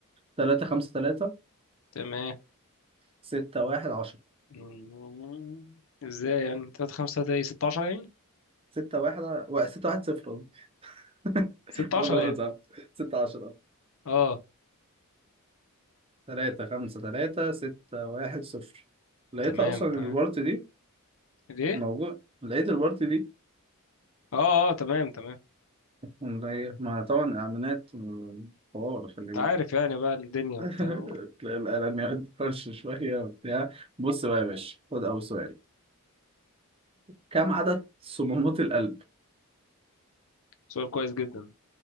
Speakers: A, on the right (about 25°); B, on the left (about 60°).
A: 3 5 3
B: تمام
A: 6 1 10
B: مم. ازاي يعني 3 5 3 ايه 16 يعني
A: 6 1 و- 6 1 0 قصدي <laughs>
B: 16
A: انا باخد
B: يعني
A: صعب 6 10
B: اه
A: 3 5 3 6 1 0 لقيتها
B: تمام
A: اصلا
B: تمام
A: الورت دي
B: ليه
A: موجود لقيت الورت دي
B: اه اه تمام تمام
A: اللي هي- ما طبعا اعلانات و- حوار خلي
B: انت
A: بالك
B: عارف يعني بقى الدنيا
A: <laughs>
B: وبتاع
A: تلاقي القلم يقعد فرش شوية وبتاع بص بقى يا باشا خد أول سؤال كم عدد صمامات القلب؟
B: سؤال كويس جدا